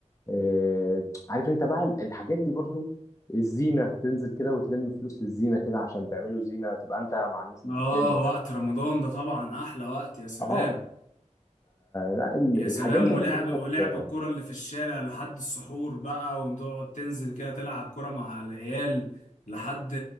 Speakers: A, on the left (about 25°); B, on the left (about 80°).
A: آه عارف انت بقى ال- الحاجات دي برضو الزينه تنزل كده وتلم فلوس للزينه كده عشان تعملوا زينه تبقى انت مع الناس اللي
B: اه
A: بتلم والحاجات
B: وقت رمضان ده طبعا احلى وقت يا سلام
A: اه لا ال-
B: يا
A: الحاجات
B: سلام
A: دي
B: ولعب
A: عايز اقول
B: ولعب
A: لك
B: الكرة اللي في الشارع لحد السحور بقى وتقعد تنزل كده تلعب كرة مع العيال لحد